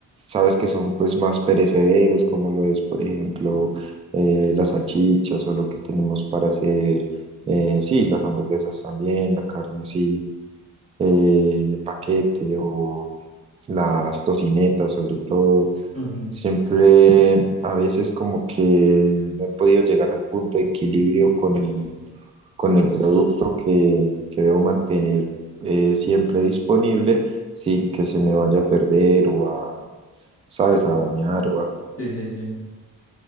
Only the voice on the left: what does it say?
ujú.
Sí, sí, sí.